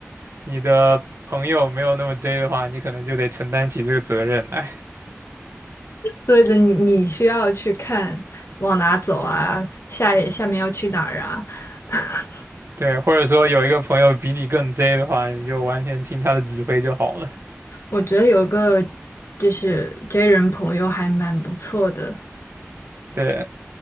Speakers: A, on the right; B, on the left.
A: 你的朋友没有那么 J 的话，你可能就得承担起这个责任来。
B: 对的，你你需要去看往哪走啊，下下面要去哪儿啊。<laughs>
A: 对，或者说有一个朋友比你更 J 的话，你就完全听他的指挥就好了。
B: 我觉得有一个就是 J 人朋友还蛮不错的，
A: 对，